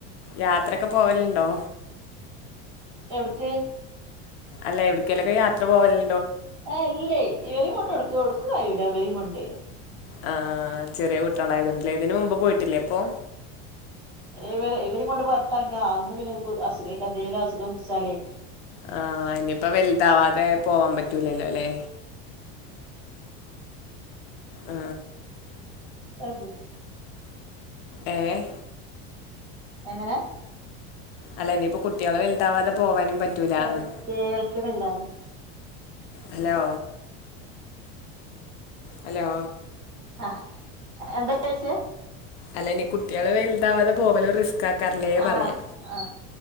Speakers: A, on the left (about 70°); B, on the right (about 40°).
A: യാത്രക്കെ പോവല്ണ്ടോ
B: എവ്ട്ക്ക്
A: അല്ല എവിടക്കേലൊക്കെ യാത്ര പോവല്
B: ആ അല്ലേ ഇവരിം കൊണ്ട് ഒട്ക്ക് ഒട്ക്കുകയ്യൂല ഇവരിം കൊണ്ട്
A: ആ ചെറിയ കുട്യാളായതോണ്ട്ലെ ഇതിന് മുമ്പ് പോയിട്ടില്ലേ അപ്പൊ
B: ഇവരെ ഇവരിം കൊണ്ട് പൊർത്തറങ്ങിയാ അന്ന് പിന്നെവർക്ക് അസുഖേക്കാ ന്തേലും അസുഖം പിട്ച്ചാലേ
A: ആ ഇനിയിപ്പോ വൽതാവാതെ പോവാൻ പറ്റൂലല്ലോ ലെ ആ
B: ആമീൻ
A: ഏ
B: എങ്ങനെ
A: അല്ല ഇനിയിപ്പോ കുട്ടികള് വലുതാവാതെ പോവാനും പറ്റൂലാന്ന്
B: ആ കേൾക്കണില്ലാന്ന്
A: ഹലോ ഹലോ
B: ആ എന്താ ചോയിച്ചേ
A: അല്ല ഇനി കുട്ടികള് വലുതാവാതെ പോവല് റിസ്ക് ആക്കാറില്ലേ
B: ആ
A: പറയാ
B: ആ